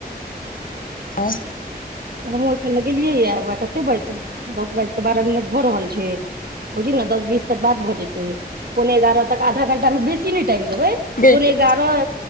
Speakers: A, on the left (about 55°); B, on the right (about 65°).
A: आओर
B: तऽ हमहुँ अखन लगेलियै ए वैह कते बाजै छै दस बाजि कऽ बारह मिनट भऽ रहल छै बुझही न दस बीस तक बात भऽ जेतै पौने एगारह तक आधा घंटा मे बेसी नहि टाइम देबै
A: गै
B: पौंने
A: गे
B: एगारह